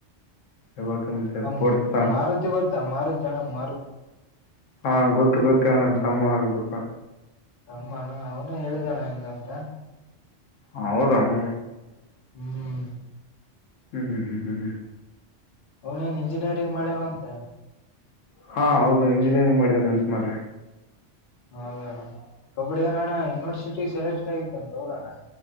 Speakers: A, on the left (about 85°); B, on the left (about 50°).
A: ಇರ್ಬೇಕು ಮತ್ತೆ
B: ಆ
A: ಸ್ಪೋರ್ಟ್ಸ್
B: ಮಾರು ಗೋತ ಮರುತಣ ಮಾರು ದವ
A: ಹಾ ಗೊತ್ತು ಗೊತ್ತ ನನ್ ತಮ್ಮ ಆಗ್ಬೇಕು
B: ತಮ್ಮಾನ ಅವನೇ ಹೇಳಿದಣ ಹಂಗಂತ
A: ಹೌದಣೀ
B: ಹ್ಮ್
A: ಹ್ಮ್ ಹ್ಮ್ ಹ್ಮ್ ಹ್ಮ ಹ್ಮ
B: ಅವನೇನ್ ಇಂಜಿನಿಯರಿಂಗ್ ಮಾಡ್ಯನ ಅಂತ
A: ಹಾ ಹೌದು ಇಂಜಿನಿಯರಿಂಗ್ ಮಾಡಿದ್ದೇನೆ ಅಂತ ಮಾರಯ
B: ಹೌದಣ ಕಬಡ್ಡಿ ಅನಣ್ಣ ಯೂನಿವರ್ಸಿಟಿ ಸೆಲೆಕ್ಟ್ ಆಗಿದ್ದಂತ ಹೌದಣ